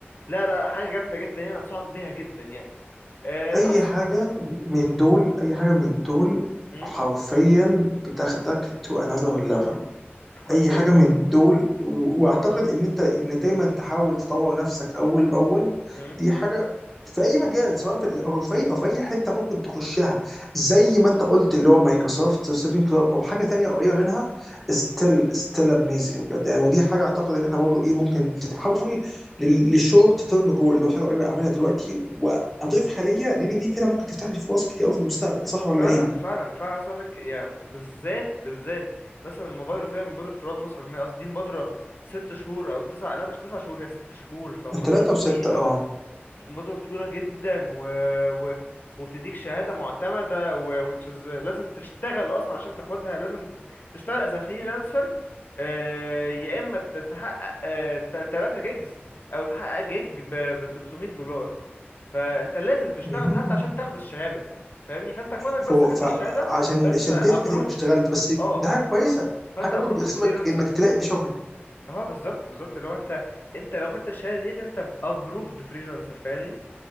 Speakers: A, on the left; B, in the centre.
A: لا لا حاجه جامده جدا يعني انصحك بيها جدا يعني آه
B: اي
A: بس
B: حاجه من دول اي حاجه من دول
A: مم.
B: حرفيا بتاخدك تو انذر ليفل
A: حرفيا
B: اي حاجه من دول و- واعتقد ان انت ان دايما تحاول تطور نفسك اول باول
A: مم.
B: دي حاجه في اي مجال سواء في او في اي او في اي حته ممكن تخشها زي ما انت قلت اللي هو مايكروسوفت سيفين كلاب او حاجه تانية قريبه منها ستيل ستيل اميزنج بجد يعني ودي حاجه اعتقد ان احنا برضه ايه ممكن تتحول لل- للشورت تيرم جول اللي هو حاجه قريبه اعملها دلوقتي واضيف حاليا لان دي فينا ممكن تفتح لي فرص كتير قوي في المستقبل صح ولا
A: فعلا
B: ايه؟
A: فعلا فعلا عايز اقول لك يعني بالذات بالذات مثلا مبادره زي مبادره رواد مصر الرقميه قصدي دي مبادره ست شهور او تسع لا مش تسع شهور هي ست شهور فمبادره
B: من ثلاثه وسته
A: طويله
B: اه
A: مبادره طويله جدا و... و... وبتديك شهاده معتمده و... which is... لازم تشتغل اصلا عشان تاخدها لازم ت... تشتغل از فريلانسر آه... يا اما ت- تحقق آه... 3 جيجز او تحقق جيج ب 300 دولار فانت لازم تشتغل
B: مم.
A: حتى عشان تاخد الشهاده فاهمني فانت كونك
B: فهو-
A: بس خدت
B: فعشان
A: الشهاده فانت
B: عشان تثبت
A: ابروفد
B: انك اشتغلت بس
A: اه
B: ده حاجه كويسه
A: فانت
B: حاجه
A: ابروفد
B: برضه بيغصبك
A: فريلانسر
B: انك تلاقي شغل
A: اه بالظبط بالظبط اللي هو انت انت لو خدت الشهاده ديت انت ابروفد فريلانسر فاهمني